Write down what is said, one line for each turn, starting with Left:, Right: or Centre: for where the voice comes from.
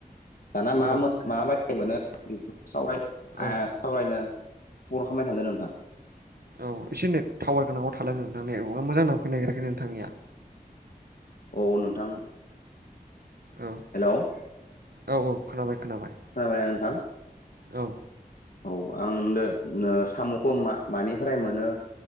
Left: जाना मा
Right: औ
Left: माबायदि मोनो बे सावराय
Right: औ
Left: सावरायनो बर' खालामबाय थांदों नोंथां।
Right: औ एसे नेट टावार गोनाङाव थालाय नोंथां नेटवर्कआ मोजां नांफैनो नागिरेराखै नोंथांनिया
Left: औ नोंथां।
Right: औ
Left: हेल'।
Right: औ औ खोनाबाय खोनाबाय
Left: खोनाबायना नोंथां?
Right: औ।
Left: औ आं दा ओ साम'खौ मा मानिफ्राय मोनो